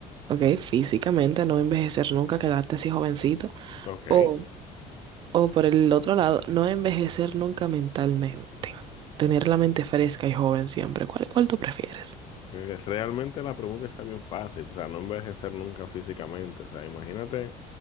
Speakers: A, on the right (about 35°); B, on the left (about 40°).
A: Ok, físicamente, no envejecer nunca, quedarte así jovencito.
B: Ok.
A: O O por el otro lado, no envejecer nunca mentalmente. Tener la mente fresca y joven siempre. ¿Cuál, cuál tú prefieres?
B: Eh, Realmente la pregunta está bien fácil, o sea, no envejecer nunca físicamente, o sea, imagínate